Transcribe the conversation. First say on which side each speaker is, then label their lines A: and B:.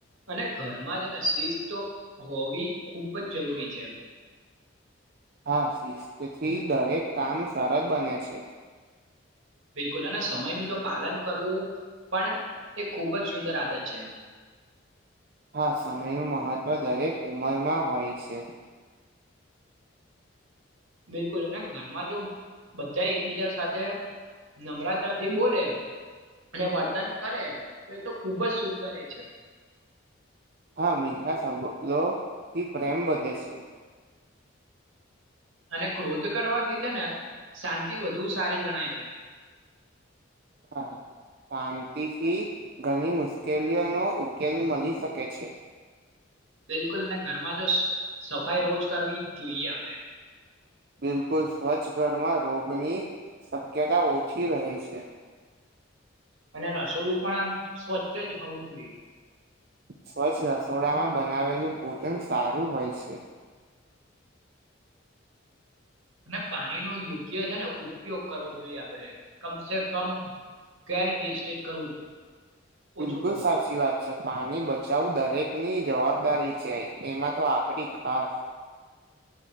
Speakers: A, on the right; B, on the right.
A: અને ઘરમાં સેને સિસ્ત હોવી ખૂબ જ જરૂરી છે. <unintelligible>
B: હા શીથી દરેક કામ સરળ બને છે.
A: બિલકુલ અને સમયનું જો પાલન કરવું પણ એ ખૂબ જ સુંદર આદત છે.
B: હા સમયનું મહત્વ દરેક ઉંમરમાં હોય છે.
A: બિલકુલ અને ઘરમાં જો બધા એકબીજા સાથે નમ્રતા થી બોલે અને વર્તન કરે તો એ તો ખૂબ જ સુંદર એ છે.
B: હા મીઠા શબલોથી પ્રેમ વધે છે.
A: અને ક્રોધ કરવાથી છે ને શાંતિ વધુ સારી ગણાય છે.
B: હા. શાંતિથી ઘણી મુશ્કેલીઓનો ઉકેલ મળી શકે છે.
A: બિલકુલ અનેને ઘરમાં જો સફાઈ રોજ કરવી જ જોઈએ આપણેે.
B: બિલકુલ સ્વચ્છ ઘરમાં રોગની શક્યતા ઓછી રહે છે.
A: અને રસોડું પણ આમ સ્વચ્છ જ હોવું જોઈએ.
B: સ્વચ્છ રસોડામાં બનાવેલું ભોજન સારું હોય છે.
A: અને પાણીનો યોગ્ય છે ને ઉપયોગ કરવો જોઈએ આપડે કમસે કમ ક્યા નવી સ્ટેજ કરવું જોઈએ.
B: બિલકુલ
A: ઓછું કરવું
B: સાચી
A: જોઈએ
B: વાત છે પાણી બચાવું દરેક ની જવાબ દારી છે એમાં તો આપડી ખાસ.